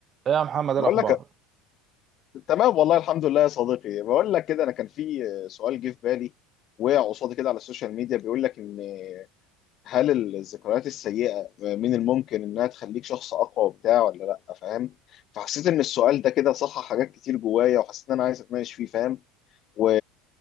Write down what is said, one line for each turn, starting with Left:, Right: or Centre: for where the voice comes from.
Right: إيه يا محمد إيه
Left: بقول
Right: الأخبار
Left: لك تمام والله الحمد لله يا صديقي بقول لك كده انا كان في سؤال جه في بالي وقع قصادي كده على السوشيال ميديا بيقول لك ان هل الذكريات السيئة من الممكن انها تخليك شخص اقوى وبتاع ولا لا فاهم فحسيت ان السؤال ده كده صحح حاجات كتير جوايا وحسيت ان انا عايز اتناقش فيه فاهم و...